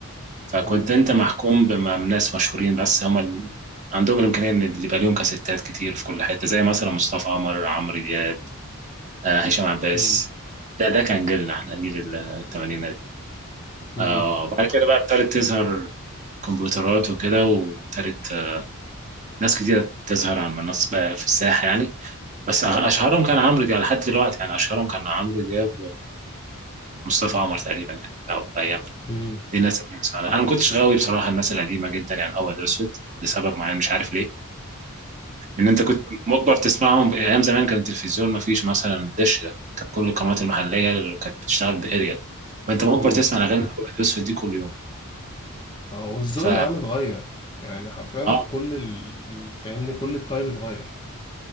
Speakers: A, on the right; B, on the left.
A: فكنت
B: امم
A: انت محكوم بناس مشهورين بس هم ال... عندهم الامكانيه ان اللي يبقى ليهم كاسيتات كتير في كل حته زي مثلا مصطفى عمر عمرو دياب آه، هشام عباس
B: امم
A: ده ده كان جيلنا احنا جيل الثمانينات
B: امم
A: آه، وبعد كده بقى ابتدت تظهر كمبيوترات وكده وابتدت آه، ناس كتيرة تظهر على المنصة بقى في الساحة يعني بس أغ- أشهرهم كان عمرو دياب لحد دلوقتي يعني أشهرهم كان عمرو دياب ومصطفى عمر تقريبا يعني أو أيام
B: امم
A: دي الناس اللي كنت بسمعها. أنا ما كنتش غاوي بصراحة الناس القديمة جدا يعني أبيض وأسود لسبب معين مش عارف ليه إن أنت كنت مجبر تسمعهم أيام زمان كان التلفزيون ما فيش مثلا دش ده كانت كل القنوات المحلية اللي كانت بتشتغل بأريال فأنت مجبر
B: امم
A: تسمع الأغاني الأبيض وأسود دي كل يوم
B: <laughs> اه والذوق
A: ف
B: العام اتغير يعني حرفيا
A: آه
B: كل ال... فاهمني كل الطيب اتغير